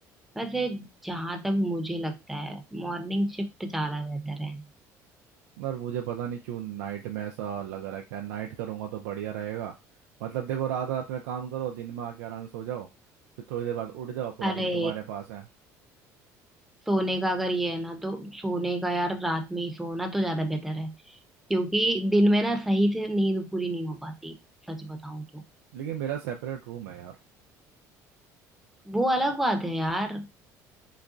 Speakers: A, in the centre; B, on the right (about 85°).
A: वैसे जहां तक मुझे लगता है मॉर्निंग शिफ्ट ज्यादा बेहतर है
B: पर मुझे पता नहीं क्यों नाइट में ऐसा लग रहा है क्या नाइट करूँगा तो बढ़िया रहेगा मतलब देखो रात रात में काम करो दिन में आके आराम से सो जाओ फिर थोड़ी देर बाद उठ जाओ पूरा
A: अरे
B: दिन तुम्हारे पास है
A: सोने का अगर ये है ना तो सोने का यार रात में ही सोना तो ज्यादा बेहतर है क्योंकि दिन में ना सही से नींद पूरी नहीं हो पाती सच बताऊं तो
B: लेकिन मेरा सेपरेट रूम है यार
A: वो अलग बात है यार